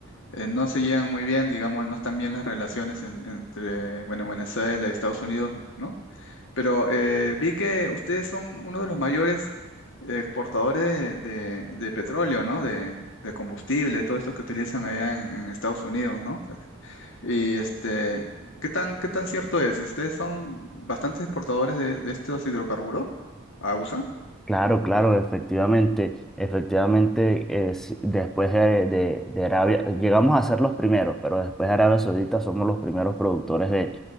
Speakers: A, on the left; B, in the centre.
A: eh, no se llevan muy bien, digamos, no están bien las relaciones en- entre, bueno, Venezuela y Estados Unidos, ¿no? Pero eh, vi que ustedes son uno de los mayores eh, exportadores de, de- de petróleo, ¿no? De, de combustible, todo esto que utilizan allá en, en Estados Unidos, ¿no? Y este, ¿qué tan, qué tan cierto es? ¿Ustedes son bastantes exportadores de, de estos hidrocarburos a USA?
B: Claro, claro, efectivamente, efectivamente, eh, si- después de, de- de Arabia, llegamos a ser los primeros, pero después de Arabia Saudita somos los primeros productores de,